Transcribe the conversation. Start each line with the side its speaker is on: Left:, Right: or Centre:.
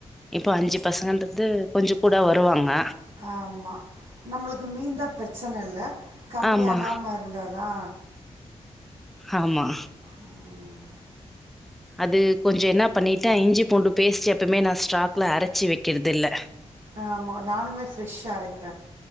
Centre: இப்போ அஞ்சு பசங்கன்றது கொஞ்சம் கூட வரு. வருவாங்க.
Right: ஆமா நம்மளுக்கு மீந்தா பிரச்சன இல்ல. கம்மியகாம
Centre: ஆமா
Right: இருந்தாதா.
Centre: ஆமா.
Right: உம்.
Centre: அது கொஞ்சோ என்ன பண்ணிட்டு இஞ்சி பூண்டு பேஸ்ட் எப்பவுமே நான் ஸ்ட்க்ல அரைச்சி வைக்குறது இல்ல.
Right: ஆமா நானுமே ஃப்ஷ்ஷா அரைப்ப.